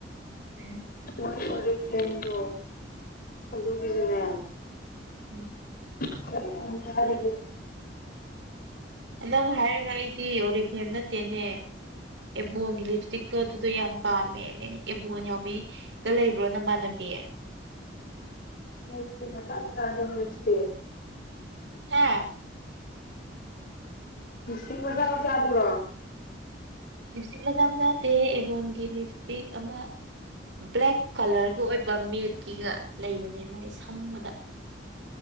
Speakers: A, on the right; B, on the left.
A: ꯎꯝ
B: ꯃꯣꯏ ꯑꯣꯔꯤꯐ꯭ꯂꯦꯝꯗꯣ ꯑꯗꯨꯒꯤꯖꯨꯅꯦ
A: ꯎꯝ
B: ꯑꯣꯐ꯭ꯔ ꯌꯥꯝ ꯊꯥꯔꯤꯕꯅꯦ
A: ꯅꯪ ꯍꯥꯏꯔꯒ ꯑꯩꯗꯤ ꯑꯣꯔꯤꯐ꯭ꯂꯦꯝ ꯅꯠꯇꯦꯅꯦ ꯑꯦꯕꯣꯟꯒꯤ ꯂꯤꯞ ꯇꯤꯛꯇꯣ ꯑꯗꯨꯗꯣ ꯌꯥꯝ ꯄꯥꯝꯃꯦ ꯅꯪ ꯑꯦꯕꯣꯟ ꯌꯥꯎꯕꯤꯒ ꯂꯩꯕ꯭ꯔꯣ ꯅꯃꯥꯟꯅꯕꯤ
B: ꯂꯩꯇꯦ ꯃꯆꯥ ꯃꯆꯥꯥꯗꯣ ꯍꯧꯖꯤꯛꯇꯤ
A: ꯍꯥꯥ
B: ꯂꯤꯞꯁꯇꯤꯛ ꯃꯆꯥ ꯃꯆꯥꯗꯨꯔꯣ
A: ꯂꯤꯞꯁꯇꯤꯛ ꯃꯆꯥ ꯃꯆꯥ ꯅꯠꯇꯦꯍꯦ ꯑꯦꯕꯣꯟꯒꯤ ꯂꯤꯞꯁꯇꯤꯛ ꯑꯃ ꯕ꯭ꯂꯦꯛ ꯀꯂ꯭ꯔꯒ ꯑꯣꯏꯕ ꯃꯦꯠꯀꯤꯒ ꯂꯩꯕꯅꯦ ꯃꯣꯏ ꯁꯪꯕꯗ